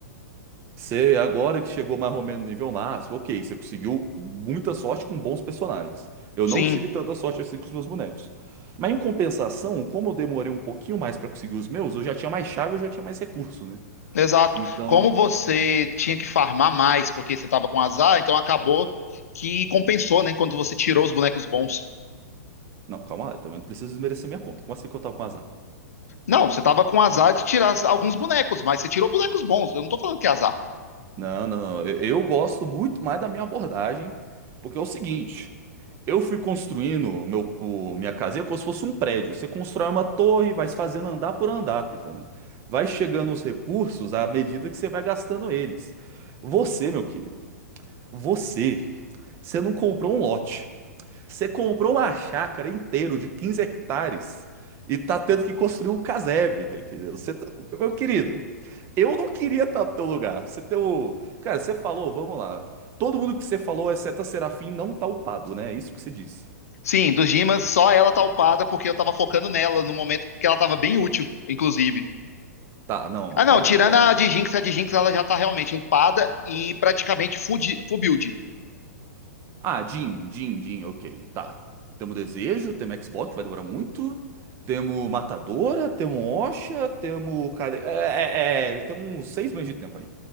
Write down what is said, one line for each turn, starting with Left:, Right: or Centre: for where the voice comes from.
Right: você agora que chegou mais ou menos no nível máximo, ok, você conseguiu muita sorte com bons personagens. Eu
Left: Sim,
Right: não tive tanta sorte assim com os meus bonecos. Mas em compensação, como eu demorei um pouquinho mais pra conseguir os meus, eu já tinha mais chave, eu já tinha mais recurso, né?
Left: exato.
Right: Então.
Left: Como você tinha que farmar mais porque você tava com azar, então acabou que compensou, né? Quando você tirou os bonecos bons.
Right: Não, calma lá, eu também não preciso desmerecer minha conta. Como assim que eu tava com azar?
Left: Não, você tava com azar de tirar alguns bonecos, mas você tirou bonecos bons. Eu não tô falando que é azar.
Right: Não, não, não. Eu, eu gosto muito mais da minha abordagem, porque é o seguinte: eu fui construindo meu, o- minha casinha como se fosse um prédio. Você constrói uma torre, vai se fazendo andar por andar, tá entendendo? Vai chegando os recursos à medida que você vai gastando eles. Você, meu querido, você, você não comprou um lote. Você comprou uma chácara inteira de 15 hectares e tá tendo que construir um casebre, tá entendendo? Você tá- Meu querido, eu não queria estar no teu lugar. Você tem o. Cara, você falou, vamos lá. Todo mundo que você falou, exceto a Serafim, não tá upado, né? É isso que você disse.
Left: Sim, dos Dimas, só ela tá upada porque eu tava focando nela no momento, porque ela tava bem útil, inclusive.
Right: Tá, não,
Left: Ah,
Right: calma
Left: não, tirando
Right: aí, calma
Left: a
Right: aí.
Left: de Jinx, a de Jinx ela já tá realmente upada e praticamente full, di- full build.
Right: Ah, Jin, Jin, Jin, ok, tá. Temos Desejo, temos Xbox, que vai demorar muito. Temos Matadora, temos Osha, temos. Kale- É, é, é, tem uns seis meses de tempo aí.